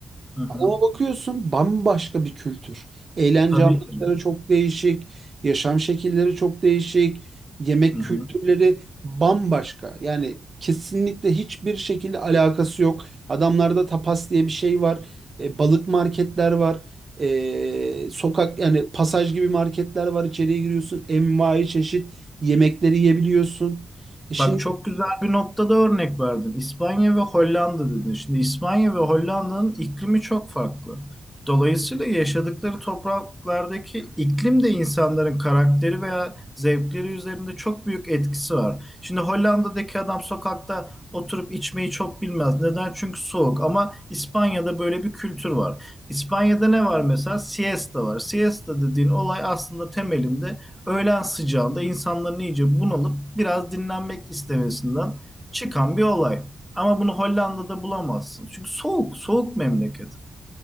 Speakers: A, in the centre; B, on the right.
A: Hı hı.
B: Ama bakıyorsun bambaşka bir kültür. Eğlence
A: Tabii
B: anlayışları
A: ki.
B: çok değişik, yaşam şekilleri çok değişik, yemek
A: Hı
B: kültürleri
A: hı.
B: bambaşka. Yani kesinlikle hiçbir şekilde alakası yok. Adamlarda tapas diye bir şey var, e, balık marketler var, e, sokak yani pasaj gibi marketler var. İçeriye giriyorsun, envai çeşit yemekleri yiyebiliyorsun. E şimdi
A: Bak çok güzel bir noktada örnek verdin. İspanya ve Hollanda dedin. Şimdi İspanya ve Hollanda'nın iklimi çok farklı. Dolayısıyla yaşadıkları topraklardaki iklim de insanların karakteri veya zevkleri üzerinde çok büyük etkisi var. Şimdi Hollanda'daki adam sokakta oturup içmeyi çok bilmez. Neden? Çünkü soğuk. Ama İspanya'da böyle bir kültür var. İspanya'da ne var mesela? Siesta var. Siesta dediğin olay aslında temelinde öğlen sıcağında insanların iyice bunalıp biraz dinlenmek istemesinden çıkan bir olay. Ama bunu Hollanda'da bulamazsın. Çünkü soğuk, soğuk memleket.